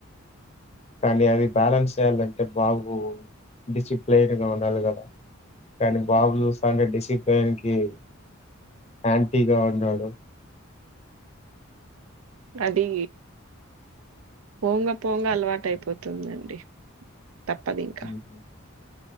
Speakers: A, on the left; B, on the right.
A: కానీ అది బ్యాలెన్స్ చేయాలంటే బాబు డిసిప్లైన్ గా ఉండాలి కదా కానీ బాబు చూస్తాంటే డిసిప్లైన్ కి యాంటీగా ఉన్నాడు.
B: అది పోంగ పోంగ అలవాట అయిపోతుందండి. తప్పదు ఇంక
A: ఉహు.